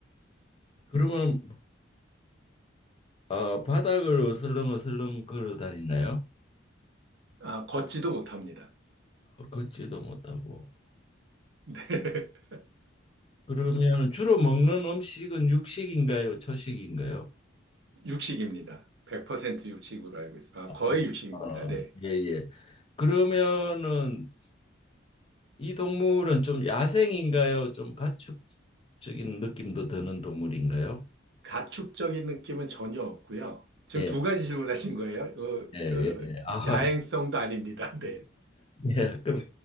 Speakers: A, on the left (about 30°); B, on the right (about 60°).
A: 그러면 어, 바닥을 어슬렁어슬렁 걸어 다니나요?
B: 아, 걷지도 못합니다.
A: 어, 걷지도 못하고.
B: <laughs>
A: 그러면 주로 먹는 음식은 육식인가요? 초식인가요?
B: 육식입니다. 100% 육식으로 알고 있습니다. 아,
A: 아,
B: 거의 육식입니다.
A: 어,
B: 네.
A: 예, 예. 그러면은 이 동물은 좀 야생인가요? 좀 가축적인 느낌도 드는 동물인가요?
B: 가축적인 느낌은 전혀 없고요. 지금
A: 예,
B: 두 가지 질문하신 거예요. 어,
A: 예,
B: 어,
A: 예. 아,
B: 야행성도 아닙니다. 네.
A: 예, 그럼